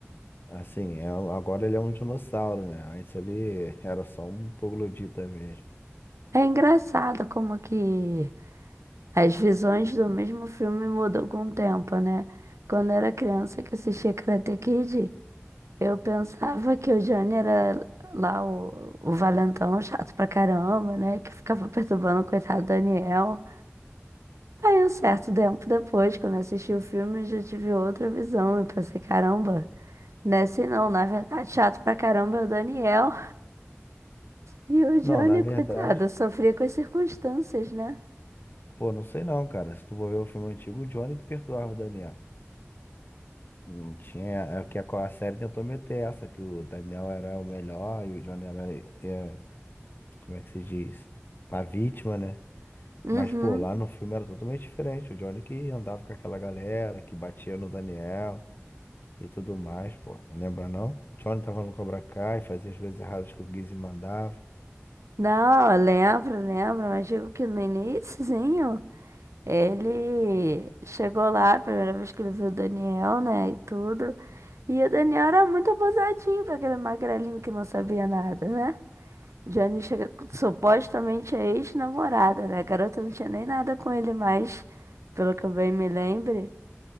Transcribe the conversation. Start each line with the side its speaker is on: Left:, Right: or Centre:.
Left: assim, é, um, agora ele é um dinossauro, né? Antes ele era só um troglodita mesmo.
Right: É engraçado como que as visões do mesmo filme mudou com o tempo, né? Quando eu era criança que assistia Karate Kid. Eu pensava que o Johnny era lá o, o valentão chato pra caramba, né? Que ficava perturbando o coitado do Daniel. Aí, um certo tempo depois, quando eu assisti o filme, eu já tive outra visão. Eu pensei, caramba, nesse não, na verdade, chato pra caramba é o Daniel. E o Johnny,
Left: Não, na verdade,
Right: coitado, sofria com as circunstâncias, né?
Left: pô, não sei não, cara. Se tu for ver o filme antigo, o Johnny que perdoava o Daniel. Não tinha. É que a, a série tentou meter essa, que o Daniel era o melhor e o Johnny era, é, como é que se diz? A vítima, né?
Right: Uhum.
Left: Mas, pô, lá no filme era totalmente diferente. O Johnny que andava com aquela galera, que batia no Daniel. e tudo mais, pô. Não lembra não? Johnny tava no Cobra Kai, fazia as coisas erradas que o Gizzy mandava.
Right: Não, eu lembro, lembro, mas digo que no iníciozinho. Ele chegou lá, a primeira vez que ele viu o Daniel, né, e tudo. E o Daniel era muito abusadinho pra aquele magrelinho que não sabia nada, né? Jane chega, supostamente a ex-namorada, né? A garota não tinha nem nada com ele mais, pelo que eu bem me lembre.